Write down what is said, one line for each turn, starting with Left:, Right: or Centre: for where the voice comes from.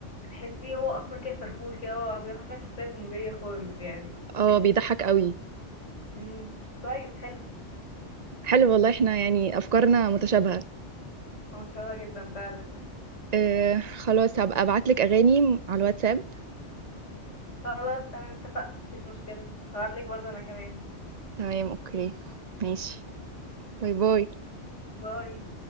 Left: تحسيه هو أصلا كده فرفوش كده هو بجد حرفيا شخصية كوميدية خالص يعني
Right: اه بيضحك قوي
Left: امم كويس حلو
Right: حلو والله احنا يعني افكارنا متشابهة
Left: هو متشوق جدا فعلا
Right: آه خلاص هبقى ابعتلك اغاني على الواتساب
Left: <laughs> خلاص تمام اتفقنا مفيش مشكلة هبعتلك برضه أنا كمان
Right: تمام اوكي ماشي باي باي
Left: باي